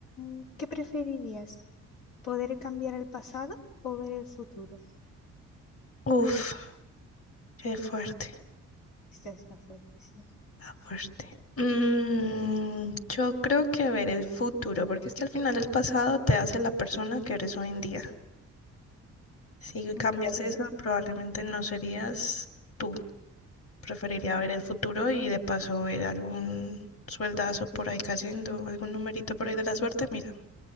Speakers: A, on the left (about 85°); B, on the left (about 50°).
A: mm, ¿qué preferirías? ¿Poder cambiar el pasado o ver el futuro?
B: Uf, qué fuerte,
A: Esta está fuerte, sí.
B: está fuerte. Mm, yo creo que ver el futuro, porque es que al final el pasado te hace la persona que eres hoy en día. Si cambias
A: Mm, sí,
B: eso, probablemente no serías tú Preferiría ver el futuro y de paso ver algún sueldazo por ahí cayendo, algún numerito por ahí de la suerte, mira.